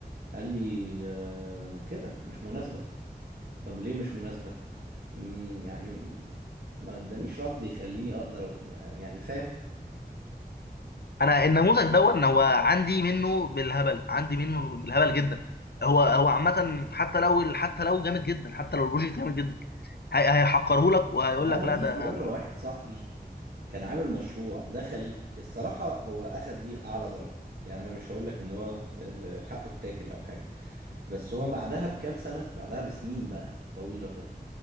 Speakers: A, on the right; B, on the left.
A: قال لي آه، كده مش مناسبة طب ليه مش مناسبة مم، يعني ما ادانيش رد يخليني اقدر أقول- يعني فاهم
B: انا النموذج دون هو عندي منه بالهبل عندي منه بالهبل جدا هو هو عامه حتى لو حتى لو جامد جدا حتى لو البروجكت جامد جدا هي- هيحقره لك وهيقول
A: ده
B: لك
A: انا
B: لا
A: في
B: ده
A: في مره واحد صاحبي كان عامل مشروع دخل الصراحة هو أخد بيه أعلى درجة يعني أنا مش هقولك إن هو آه، حقه اتاكل أو حاجة بس هو
B: ده-
A: بعدها بكام سنة بعدها بسنين بقى طويلة كده